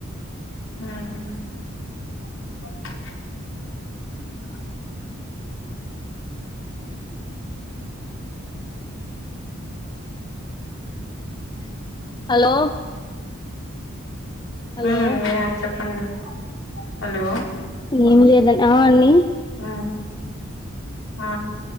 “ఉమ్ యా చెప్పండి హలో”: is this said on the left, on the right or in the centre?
Left